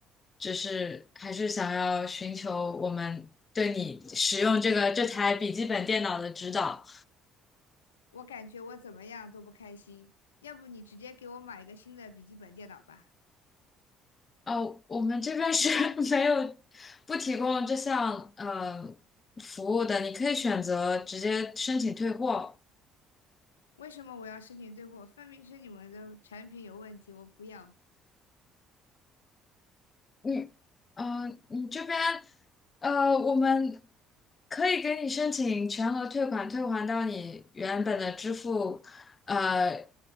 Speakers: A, on the left; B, on the left.
A: 只是还是想要寻求我们对你使用这个这台笔记本电脑的指导？
B: 我感觉我怎么样都不开心。要不你直接给我买一个新的笔记本电脑吧？
A: 呃，我们这边是 <laughs> 没有不提供这项呃服务的，你可以选择直接申请退货。
B: 为什么我要申请退货？分明是你们的产品有问题，我不要。
A: 你，嗯、你这边，呃，我们可以给你申请全额退款，退还到你原本的支付，呃，